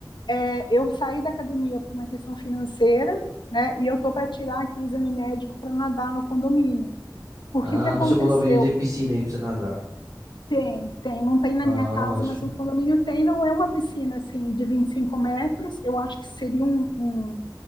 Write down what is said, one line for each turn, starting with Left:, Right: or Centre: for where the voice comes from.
Left: é, eu saí da academia por uma questão financeira, né? E eu tô para tirar aqui o exame médico para nadar no condomínio. Porque
Right: Ah,
Left: o que aconteceu?
Right: no seu condomínio tem piscina aí pra você nadar.
Left: Tem, tem, não tem na
Right: Ah,
Left: minha casa,
Right: ótimo.
Left: mas no condomínio tem, não é uma piscina assim de 25 metros. Eu acho que seria um, um,